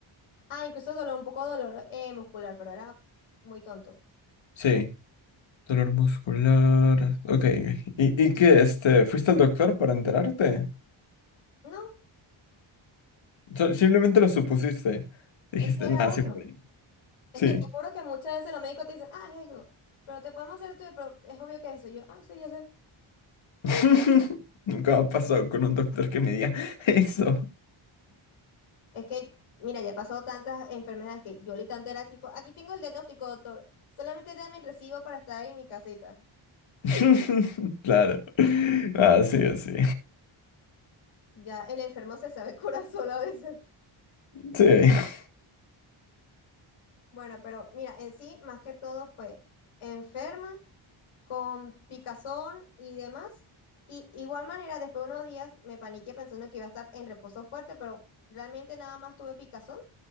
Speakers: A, on the left (about 85°); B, on the left (about 65°).
A: Ah, incluso dolor, un poco dolor eh, muscular, pero era muy tonto.
B: Sí. Dolor muscular. Ok. ¿Y, y qué? Este, ¿fuiste al doctor para enterarte?
A: No,
B: So- simplemente lo supusiste. Dijiste,
A: es que era
B: nada, sí,
A: obvio.
B: me duele".
A: Es
B: Sí.
A: que te juro que muchas veces los médicos te dicen, ah, es eso, pero te podemos hacer esto, pero es obvio que es eso. Y Yo, ah, sí, ya sé.
B: <laughs> Nunca me ha pasado con un doctor que me diga eso.
A: Es que, mira, ya he pasado tantas enfermedades que yo literalmente era tipo, aquí tengo el diagnóstico, doctor, solamente dame el recibo para estar en mi casita.
B: <laughs> Claro. Así, así.
A: Ya el enfermo se sabe <laughs> curar solo a veces.
B: Sí. Sí.
A: Bueno, pero mira, en sí, más que todo fue enferma. con picazón y demás. Y igual manera, después de unos días me paniqué pensando que iba a estar en reposo fuerte, pero realmente nada más tuve picazón